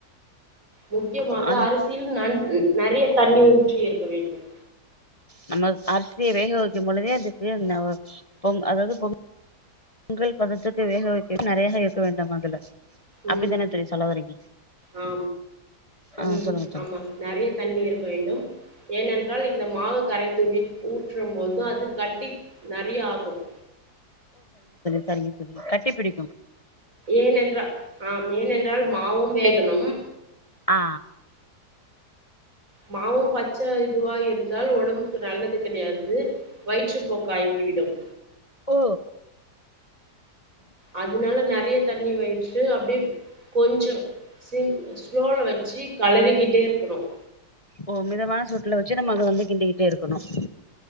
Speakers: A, on the right; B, on the left.
A: முக்கியமாக
B: அந்
A: அரிசியில் நன் நறைய தண்ணி ஊற் இருக்க வேண்டும்
B: நம்ம அரிசிய வேக வைக்கும் பொழுதே அதுக்கு <unintelligible> பொங்க அதாது பொங் உங்கள் பதத்துக்கு வேக வைக்கவும் நறையாக இருக்க வேண்டாம் அதுல
A: உம்
B: அப்டித்தானே தோழி சொல்ல வரீங்க
A: ஆ
B: ஆ
A: உம்
B: சொல்லுங்க தோழி
A: ஆமா நறைய தண்ணி இருக்க வேண்டும் ஏனென்றால் இந்த மாவு கரைத்துவிட் உ <unintelligible> போதும் அது கட்டி நறைய ஆகும்
B: <unintelligible> கட்டிபிடி
A: ஏன் என்றால் ஆம் ஏனென்றால் மாவும் வேகனும்
B: ஆ
A: மாவும் பச்ச இதுவா இருந்தால் ஒடம்புக்கு நல்லது கிடையாது வயிற்றுப்போக்கா ஆகிவிடும்
B: ஓ
A: அதனால நறைய தண்ணி வடிச்சு அப்டியே கொஞ்ச ச ஸ்லோல வச்சு களறிகிட் சேர்க்கணும்
B: ஓ மிதமான சூட்டுல வச்சு நம்ம அத வந்து கிண்டிக்கிட்டே இருக்கணும்